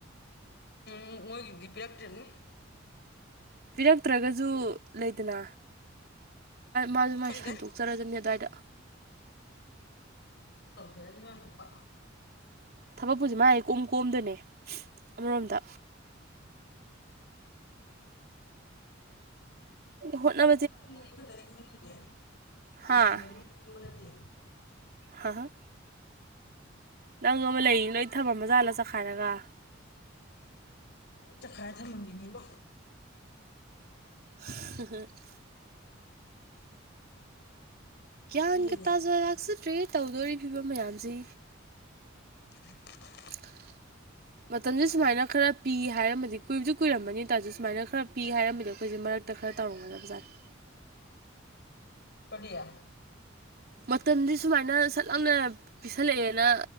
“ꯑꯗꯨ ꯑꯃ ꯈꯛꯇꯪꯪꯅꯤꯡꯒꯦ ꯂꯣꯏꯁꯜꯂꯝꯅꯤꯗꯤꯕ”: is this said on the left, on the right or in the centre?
Left